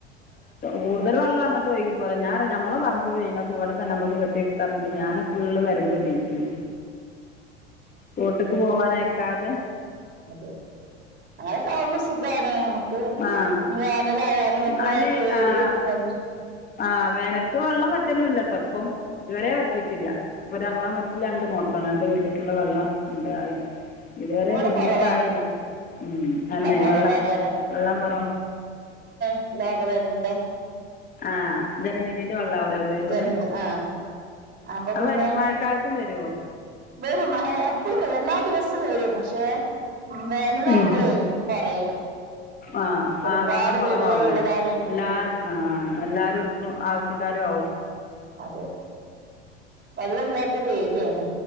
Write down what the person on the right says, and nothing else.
അതെ അങ്ങനൊക്കെ ആവുമ്പോ സുഖാണ് നമ്മുക്ക്
വേനലായാലും വല്യ
പേടിയും ചില
ഇവിടെ
കുറവാ
കുറവാണ്
വരെ
<unintelligible> വേറെന്തെ?
ജലനി ആ അപ്പൊ
പിന്നെ
വരും. എപ്പോഴും വരും, എല്ലാ ദിവസവും വരും... പക്ഷെ? വേനല്
ആകുമ്പോളേ കുറയും.
ഒരുപാട്
വീടുകള് ഉള്ളതാണ്.
ഉം
അതെ, വെള്ളമില്ലാത്തൊരു ഏരിയയാണ്.